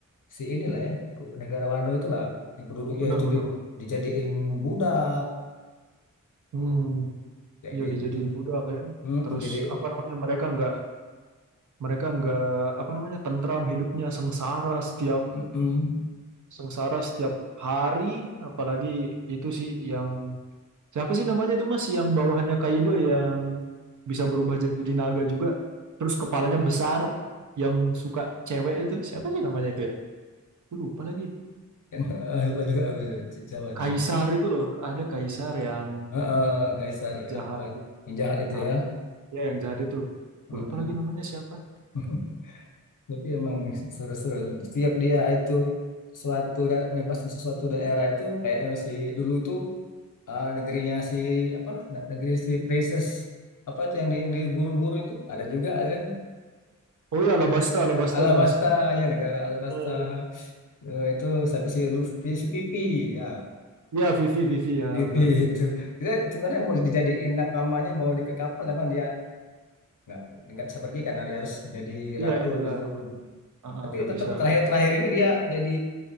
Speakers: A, on the left; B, on the right.
A: si inilah ya ke- negara Wano itulah yang penduduknya
B: Benar-benar,
A: itu di,
B: Mas.
A: dijadiin budak
B: Hmm,
A: kayak
B: iya
A: gitu
B: dijadiin budak ya.
A: Mm,
B: Terus
A: jadi
B: apa namanya mereka nggak mereka nggak apa namanya tentram hidupnya sengsara setiap
A: mm
B: sengsara setiap hari apalagi itu sih yang siapa sih namanya itu Mas yang bawahannya Kaido yang bisa berubah jadi naga juga terus kepalanya besar yang suka cewek itu siapa sih namanya itu ya Aku lupa lagi
A: yang <laughs> lupa juga aku si- siapa
B: Kaisar
A: tuh yang
B: itu loh ada Kaisar yang
A: eh, eh, Kaisar
B: jahat
A: apa
B: itu.
A: yang jahat itu
B: Apa?
A: ya
B: ya yang jahat itu Aku
A: Mm-mm.
B: lupa lagi namanya siapa
A: <laughs> tapi emang seru-seru setiap dia itu suatu daerah mempasin sesuatu daerah itu kayaknya si dulu tuh eh, negerinya si apa ne- negeri si princess apa tuh yang di, yang di gurun-gurun itu ada juga kan
B: oh ya Alabasta Alabasta
A: Alabasta
B: itu Mas
A: ya negara Alabasta
B: Eh,
A: Eh, itu sampai si Luffy si Pipi ya
B: ya Vivi Vivi ya
A: Pipi
B: benar Vivi
A: itu kita sebenarnya mau dijadiin nakamanya mau diikat kapal tapi dia nggak nggak bisa pergi karena dia harus jadi
B: Iya
A: ratu
B: benar,
A: gitu
B: Ah, ah,
A: tapi
B: nggak
A: tetap
B: bisa.
A: terakhir-terakhir ini dia jadi